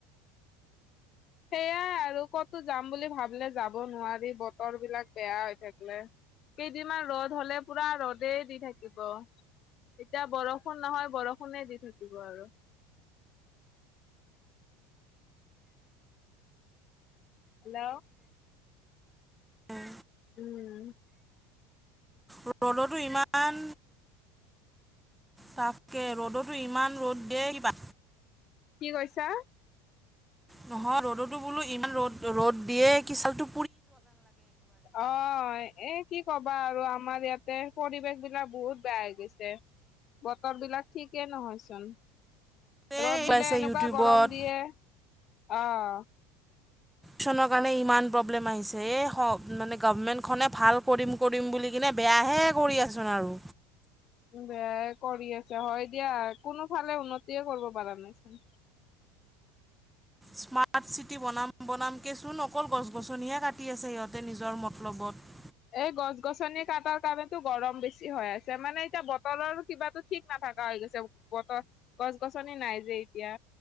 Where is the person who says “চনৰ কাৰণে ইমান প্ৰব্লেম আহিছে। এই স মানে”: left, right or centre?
Centre